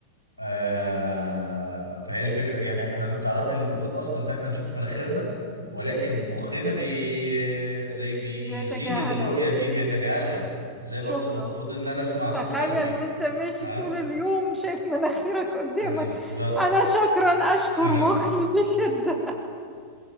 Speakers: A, on the left; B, in the centre.
A: آه فهي الفكره يعني احنا تعرفي ان المفروض اصلا ان احنا نشوف مناخيرنا ولكن مخنا بي زي بيزيل
B: بيتجاهلها
A: الرؤيه دي بيتجاهلها زي
B: شكرا
A: برضو ما المفروض ان انا اسمع صوت
B: تخيل
A: قلبي
B: وانت ماشي
A: اه
B: طول اليوم شايف مناخيرك قدامك
A: بالظبط
B: انا شكرا اشكر
A: <laughs>
B: مخي بشدة